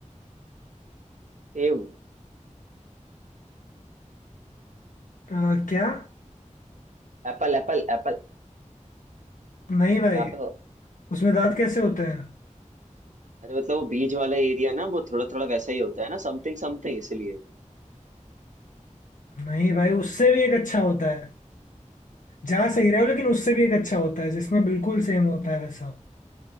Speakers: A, on the right; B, on the left.
A: सेब
B: अ, क्या
A: Apple apple apple
B: नहीं भाई
A: apple
B: उसमें दांत कैसे होते हैं
A: अरे मतलब वो बीच वाला एरिया ना वो थोड़ा थोड़ा वैसा ही होता है ना समथिंग समथिंग इसलिए
B: नहीं भाई उससे भी एक अच्छा होता है जा सही रहे हो लेकिन उससे भी एक अच्छा होता है जिसमें बिल्कुल सेम होता है वैसा